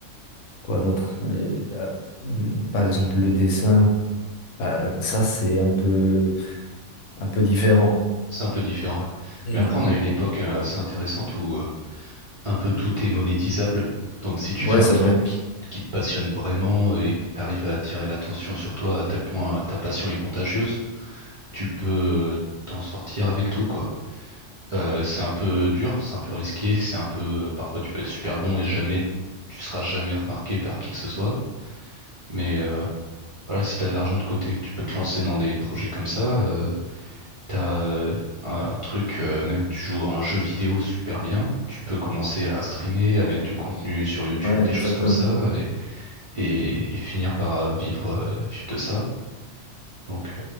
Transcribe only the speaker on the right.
C'est un peu différent. ouais.
Mais après,
on a une époque euh, assez intéressante où euh, un peu tout est monétisable. Donc, si tu
fais un
truc
qui, qui te passionne vraiment et que tu arrives à attirer l'attention sur toi à tel point ta passion est contagieuse, tu peux euh, t'en sortir avec tout, quoi. Euh, c'est un peu dur, c'est un peu risqué, c'est un peu, parfois tu peux être super bon et jamais, tu seras jamais remarqué par qui que ce soit. Mais euh, voilà, si tu as de l'argent de côté, que tu peux te lancer dans des projets comme ça, euh, T'as euh, un truc, euh, même tu joues à un jeu vidéo super bien, tu peux commencer à streamer, à mettre du contenu sur YouTube,
des
choses comme ça, et, et- et finir par euh, vivre, euh, vivre de ça. Donc, euh,